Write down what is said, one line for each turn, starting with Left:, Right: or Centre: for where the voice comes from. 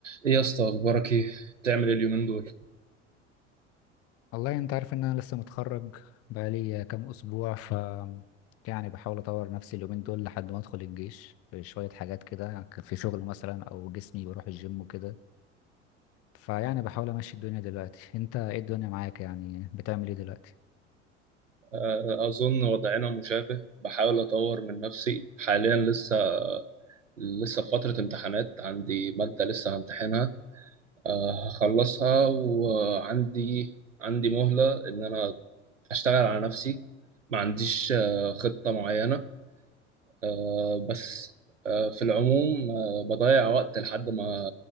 Right: إيه يا اسطى اخبارك ايه بتعمل إيه اليومين دول
Left: والله انت عارف ان انا لسه متخرج بقالي كام اسبوع ف يعني بحاول اطور نفسي اليومين دول لحد ما ادخل الجيش في شوية حاجات كده في شغل مثلا او جسمي بروح الجيم وكده فيعني بحاول امشي الدنيا دلوقتي انت ايه الدنيا معاك يعني بتعمل ايه دلوقتي
Right: آه، اظن وضعنا مشابه بحاول اطور من نفسي حاليا لسه لسه في فترة امتحانات عندي مادة لسه همتحنها آه، هخلصها وعندي عندي مهلة ان انا اشتغل على نفسي ما عنديش آه، خطة معينة آه، بس آه، في العموم آه، بضيع وقت لحد ما